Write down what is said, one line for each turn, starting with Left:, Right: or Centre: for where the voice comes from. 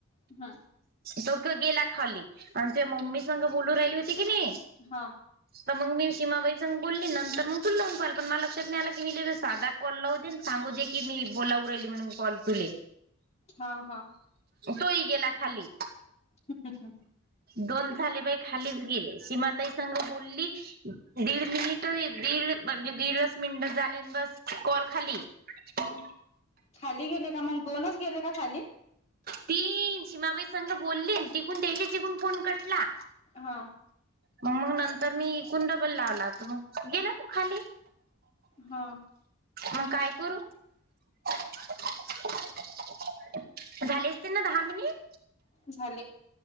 Left: हम्म.
Right: तो त गेला खाली. आणि ते मम्मी संग बोलू राहिली होती की नाही?
Left: हा.
Right: तर मग मी शीमाबाई- बोलली. नंतर मग तुला लावून पाहिला. पण मला लक्षात नाही आला की हिला साधा कॉल लावू दे न सांगू दे- की मी बोलाउ राहिली म्हणून कॉल तुले.
Left: हा हा.
Right: तो ही गेला खाली.
Left: ह् ह ह
Right: दोन खाली बाई खालीच गेले. शीमाताई संग बोलली- दीड मिनिट, दीड म्हणजे दीडच मिनिट झाले. अन बस कॉल खाली. <unintelligible>
Left: खाली गेले का मग? दोनच गेले का खाली?
Right: ती सीमाबाई संघ बोलली तिकून त्याच्या तिकून फोन कटला.
Left: हा.
Right: मग नंतर मी एकूण डबल लावला मग गेले खाली.
Left: हा.
Right: मग काय करू? <unintelligible> झाले असतील ना दहा मिनिट?
Left: झाले.